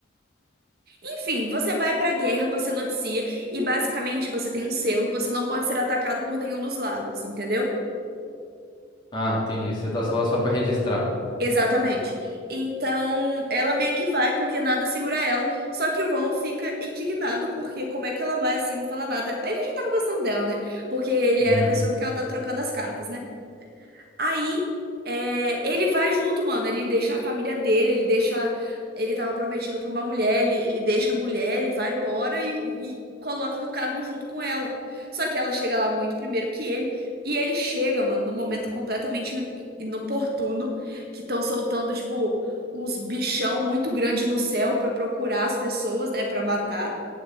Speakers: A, on the right (about 50°); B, on the left (about 25°).
A: Enfim, você vai pra guerra, você noticia, e basicamente você tem um selo que você não pode ser atacado por nenhum dos lados, entendeu?
B: Ah, entendi. Você tá lá só pra registrar.
A: Exatamente. Então, ela meio que vai porque nada segura ela. Só que o Ron fica indignado porque como é que ela vai assim, não fala nada? Ele já tava gostando dela, né? Porque ele
B: Uhum.
A: era a pessoa que ela tava trocando as cartas, né? Aí, é, ele vai junto, mano. Ele deixa a família dele, ele deixa. Ele tava prometido pra uma mulher, ele, ele deixa a mulher, ele vai embora e, e coloca no carro junto com ela. Só que ela chega lá muito primeiro que ele. E ele chega, mano, num momento completamente inoportuno, que estão soltando, tipo, uns bichão muito grande no céu pra procurar as pessoas, né, Pra matar.